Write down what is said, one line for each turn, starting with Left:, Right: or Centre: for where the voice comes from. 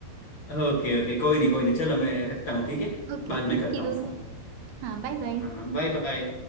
Left: ओके ओके कोई नहीं कोई नहीं चलो मैं रखता हूँ ठीक है
Right: Okay
Left: बाद में
Right: thank
Left: करता हूँ
Right: you
Left: फोन
Right: हाँ बाय बाय
Left: हाँ बाय बाय